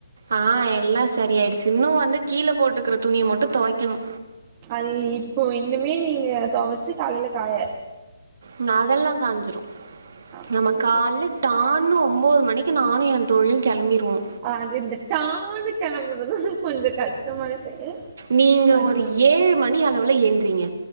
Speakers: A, on the right (about 60°); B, on the right (about 30°).
A: ஆ எல்லா சரி ஆயிடிச்சு இன்னு வந்து கீழே போட்டுக்கிற துணிய மட்டு தொவைக்கணு
B: அது இப்போ இன்னுமே நீங்க தொவச்சு காலைல காய
A: ம் அதெல்லா காஞ்சிரு
B: அப்ப
A: நம்ம
B: சரி
A: கால்ல டான்னு ஒம்பது மணிக்கு நானு எ தோழியு கெளம்பிருவோ
B: அது இந்த டான்னு கெளம்புறதா கொஞ்ச கஷ்டமான செயல்
A: நீங்க
B: பரவாலக்கா
A: ஒரு ஏழு மணி அளவுல எந்த்றீங்க